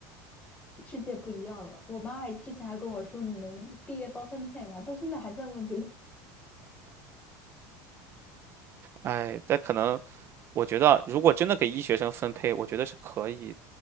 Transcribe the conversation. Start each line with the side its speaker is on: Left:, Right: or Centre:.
Left: 世界不一样了。我妈还之前还跟我说，你们毕业包分配吗？到现在还在问这个。
Right: 哎，但可能，我觉得啊如果真的给医学生分配，我觉得是可以，